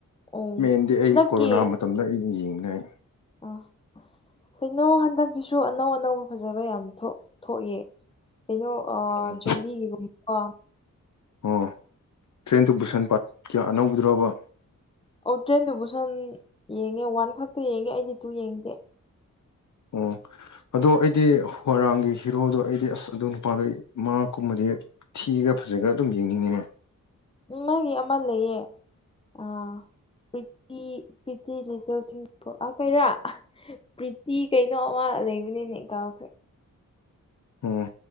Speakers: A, on the left; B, on the left.
A: ꯎꯝ
B: ꯃꯦꯟꯗꯤ ꯑꯩ
A: ꯅꯪꯒꯤ
B: ꯀꯣꯔꯣꯅꯥ ꯃꯇꯝꯗ ꯑꯩ ꯌꯦꯡꯅꯩ꯫
A: ꯑ ꯀꯩꯅꯣ ꯍꯟꯗꯛꯀꯤꯁꯨ ꯑꯅꯧ ꯑꯅꯧꯕ ꯐꯖꯕ ꯌꯥꯝ ꯊꯣꯛ ꯊꯣꯛꯑꯦ ꯀꯩꯅꯣ ꯑ
B: ꯑꯩ
A: ꯌꯨꯝꯕꯤꯒꯤꯒꯨꯝꯕ
B: ꯑꯣ ꯇ꯭ꯔꯦꯟꯗꯨ ꯕꯨꯁꯟ ꯄꯥꯠꯀꯤ ꯑꯅꯧꯕꯤꯗꯨ꯭ꯔꯣꯕ?
A: ꯑꯧ ꯇ꯭ꯔꯦꯟꯗꯨꯕꯨ ꯁꯟ ꯌꯦꯡꯉꯦ ꯋꯥꯟ ꯈꯛꯇ ꯌꯦꯡꯉꯦ ꯑꯩꯗꯤ ꯇꯨ ꯌꯦꯡꯗꯦ꯫
B: ꯑꯣ ꯑꯗꯣ ꯑꯩꯗꯤ ꯍꯔꯥꯡꯒꯤ ꯍꯤꯔꯣꯗꯣ ꯑꯩꯗꯤ ꯑꯁ ꯑꯗꯨ ꯅꯨꯄꯥꯗꯣ ꯏ ꯃꯥ ꯀꯨꯝꯕꯗꯤ ꯊꯤ ꯈ꯭ꯔ ꯐꯖꯈ꯭ꯔ ꯑꯗꯨꯝ ꯌꯦꯡꯅꯤꯡꯉꯤꯅꯦ꯫
A: ꯎ ꯃꯥꯒꯤ ꯑꯃ ꯂꯩꯌꯦ ꯑꯥ ꯄꯔꯤꯇ ꯄꯔꯤꯇ ꯂꯤꯇꯜ ꯇꯤꯡ ꯑ ꯀꯩꯔꯥ ꯄ꯭ꯔꯤꯇꯤ ꯀꯩꯅꯣ ꯑꯃ ꯂꯩꯕꯅꯦꯅꯦ ꯀꯥꯎꯈꯦ꯫
B: ꯎꯝ